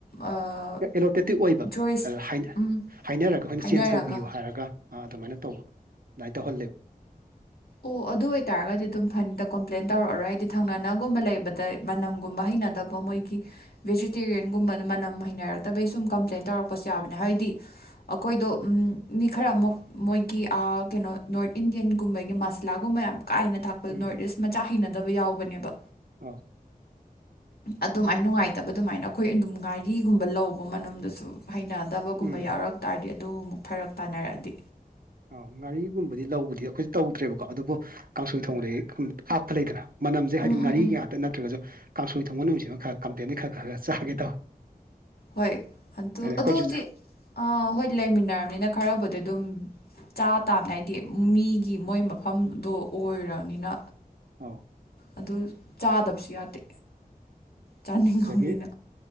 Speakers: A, on the left (about 80°); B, on the right (about 70°).
A: ꯑꯥ
B: ꯑꯦꯂꯣꯇꯦꯇꯤꯞ ꯑꯣꯏꯕ
A: ꯆꯣꯏꯁ
B: ꯑꯗ
A: ꯎꯝ
B: ꯍꯥꯏꯅꯔꯒ ꯑꯈꯣꯏꯅ
A: ꯍꯥꯏꯅꯔꯒ
B: ꯆꯦꯟꯖ ꯇꯧꯕꯤꯌꯨ ꯍꯥꯏꯔꯒ ꯑꯥ ꯑꯗꯨꯃꯥꯏꯅ ꯇꯧꯕ ꯑꯗꯨꯃꯥꯏ ꯇꯧꯍꯜꯂꯦꯕ
A: ꯑꯣ ꯑꯗꯨ ꯑꯣꯏꯇꯥꯔꯒꯗꯤ ꯑꯗꯨꯝ ꯐꯅꯤꯗ ꯀꯣꯝꯄ꯭ꯂꯦꯟ ꯇꯧꯔꯛꯑꯔꯣꯏ ꯍꯥꯏꯗꯤ ꯊꯪꯅꯅꯒꯨꯝꯕ ꯂꯩꯕꯗ ꯃꯅꯝꯒꯨꯝꯕ ꯍꯩꯅꯗ ꯕ ꯃꯣꯏꯒꯤ ꯚꯤꯖꯤꯇꯦꯔꯤꯌꯟꯒꯨꯝꯕꯅ ꯃꯅꯝ ꯍꯩꯅꯔꯛꯇꯕꯩ ꯁꯨꯝ ꯀꯝꯄ꯭ꯂꯦꯟ ꯇꯧꯔꯛꯄꯁꯨ ꯌꯥꯎꯕꯅꯦ ꯍꯥꯏꯗꯤ ꯑꯈꯣꯏꯗꯣ ꯎꯝ ꯃꯤ ꯈꯔ ꯑꯃꯨꯛ ꯃꯣꯏꯒꯤ ꯑꯥ ꯀꯩꯅꯣ ꯅꯣꯔꯠ ꯏꯟꯗꯤꯌꯟꯒꯨꯝꯕ ꯒꯤ ꯃꯁꯂꯥꯒꯨꯝꯕ ꯌꯥꯝ ꯀꯥ ꯍꯦꯟꯅ ꯊꯥꯛꯄꯗ
B: ꯎꯝ
A: ꯅꯣꯔꯠ ꯏꯁ ꯃꯆꯥ ꯍꯩꯅꯗꯕ ꯌꯥꯎꯕꯅꯦꯕ
B: ꯑꯧ
A: ꯑꯗꯨꯃꯥꯏ ꯅꯨꯡꯉꯥꯏꯇꯕ ꯑꯗꯨꯃꯥꯏꯅ ꯑꯈꯣꯏ ꯑꯗꯨꯝ ꯉꯥꯔꯤꯒꯨꯝꯕ ꯂꯧꯕ ꯃꯅꯝꯗꯁꯨ ꯍꯩꯅꯗꯕ ꯕꯒꯨꯝꯕ
B: ꯎꯝ
A: ꯌꯥꯎꯔꯛ ꯇꯥꯔꯗꯤ ꯑꯗꯨ ꯑꯃꯨꯛ ꯐꯔꯛ ꯇꯥꯅꯔꯛꯑꯗꯤ
B: ꯑꯥꯎ ꯉꯥꯔꯤꯒꯨꯝꯕꯗꯤ ꯂꯧꯕꯗꯤ ꯑꯈꯣꯏꯖꯨ ꯇꯧꯗ꯭ꯔꯦꯕꯀꯣ ꯑꯗꯨꯕꯨ ꯀꯥꯡꯁꯣꯏ ꯊꯣꯡꯕꯗꯒꯤ ꯍꯥꯞꯄ ꯂꯩꯗꯅ ꯃꯅꯝꯖꯦ ꯍꯥꯏꯗꯤ
A: ꯎꯝ
B: ꯉꯥꯔꯤꯒꯤ
A: ꯎꯝ ꯎꯝ
B: ꯉꯥꯛꯇ ꯅꯠꯇ꯭ꯔꯒꯖꯨ ꯀꯥꯡꯁꯣꯏ ꯊꯣꯡꯕ ꯅꯨꯃꯤꯠꯁꯤꯃ ꯈꯔ ꯀꯝꯄ꯭ꯂꯦꯟꯗꯤ ꯈ ꯈꯒ ꯆꯥꯒꯦ ꯇꯧꯋꯤ
A: ꯍꯣꯏ ꯑꯗꯨ
B: ꯑꯗꯩ ꯑꯩꯈꯣꯏꯁꯨ
A: ꯑꯗꯨꯗꯤ ꯑꯥ ꯍꯣꯏ ꯂꯩꯃꯤꯟꯅꯔꯝꯅꯤꯅ ꯈꯔꯕꯨꯗꯤ ꯑꯗꯨꯝ ꯆꯥ ꯇꯥꯝꯅꯤ ꯍꯥꯏꯗꯤ ꯃꯤꯒꯤ ꯃꯣꯏ ꯃꯐꯝꯗꯣ ꯑꯣꯏꯔꯨꯔꯝꯅꯤꯅ
B: ꯑꯥꯎ
A: ꯑꯗꯨ ꯆꯥꯗꯕꯁꯨ ꯌꯥꯗꯦ ꯆꯥꯅꯤꯡꯉꯕꯅꯤꯅ
B: ꯗꯒꯤ